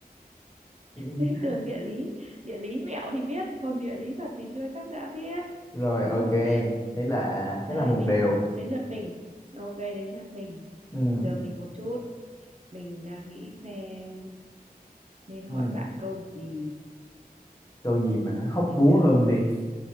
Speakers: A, on the left; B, on the right.
A: Ừ.
B: <laughs> tường địa lý địa lý mẹo thì biết còn địa lý thật thì chưa chắc đã biết
A: rồi ok
B: ok
A: thế là thế
B: Đây
A: là một
B: mình
A: điều
B: đến lượt mình. Ok đến lượt mình.
A: ừ,
B: Chờ mình một chút. Mình đang nghĩ xem nên
A: ừ.
B: hỏi bạn câu gì.
A: câu gì mà nó hóc
B: Mình
A: búa
B: đang
A: hơn đi